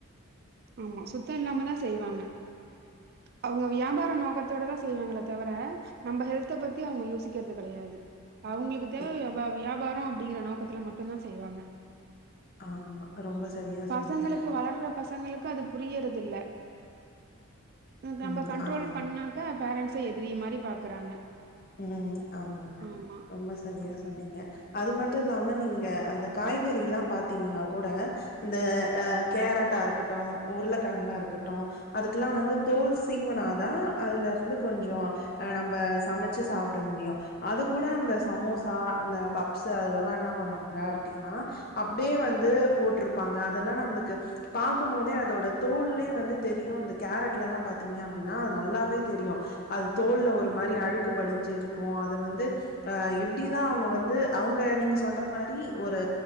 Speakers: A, on the right; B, on the left.
A: ஆமா சுத்த இல்லாமதா செய்வாங்க அவங்க வியாபார நோக்கத்தோடதா செய்வாங்கள தவிர நம்ம ஹெல்த்த பத் தி அவங்க யோசிக்கிறது கெடையாது அவுங்களுக்கு தேவை
B: ம்
A: வியா வியாபார அப்டிங்கிற நோக்கத்துல மட் டும்தா செய்வாங்க
B: ஆமா ரொம்ப சரியா சொன்னீங்க
A: பசங்களுக்கு வளர்ற பசங்களுக்கு அது புரியறத இல்ல நம்ம
B: ம்
A: கண்ட்ரோல்
B: ஆமா
A: பண்ணா க்க பேரன்ட்ஸ எதிரிய மாரி பாக்குறாங்க
B: ம் ஆமாங்க
A: ஆமா.
B: ரொம்ப சரியா
A: ம்.
B: சொன்னீங்க அது மட்டு இல்லாம நீங்க அந்த காய்கறில்லா பாத்தீங்னா கூட இந்த அ கேரட்டா இருக்கட்டும் உருளக்கெழங்கா இருக்கட்டும் அதுக்கெல்லாம் வந்து தோல் சீவுனாதான் அதுல இருந்து கொஞ்சம் அ நம்ம சமை ச்சு சாப்ட முடியும் அது கூட அந்த சமோசா அந்த பப்ஸ் அதுலல்லாம் என்ன பண்ணுவாங்க அப்டின்னா அப்டியே வந்து போட்ருப்பாங்க அதெல்லாம் நம்மளுக்கு பாக்கும் போதே அதோட தோல்லே வந்து தெரியும் இந்த கேரட்லல்லாம் பாத்தீங்க அப்டின்னா அது நல்லாவே தெரியும் அது தோல்ல ஒரு மாரி அழுக்கு படிஞ்சி இருக்கும் அத வந்து அ எப்டிதான் அவுங்க வந்து அவுங்க நீங்க சொல்ற மாரி ஒரு